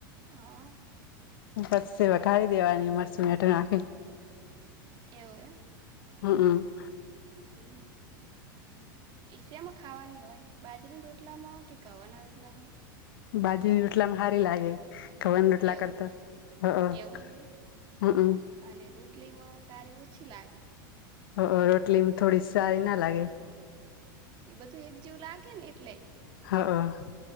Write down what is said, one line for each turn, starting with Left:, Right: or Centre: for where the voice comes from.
Right: હા.
Left: હ પછી છે વઘારી દેવાની મરચું મેઠૂં નાખી.
Right: એવું એમ.
Left: હમ હમ.
Right: પછી. એ શેમાં ખાવાની હોય બાજરીના રોટલામાં કે ઘવાના રોટલામાં.
Left: બાજરી રોટલામાં હારી લાગે ખવન રટલા
Right: એવું
Left: કરતા હ હમમ
Right: એવું હોય એમ અને રોટલીમાં સારી ઓછી લાગે
Left: અ અ રોટલી થોડી સારી ના લાગે
Right: એ બધું એક જવું લાગે ને એટલે
Left: હા હ.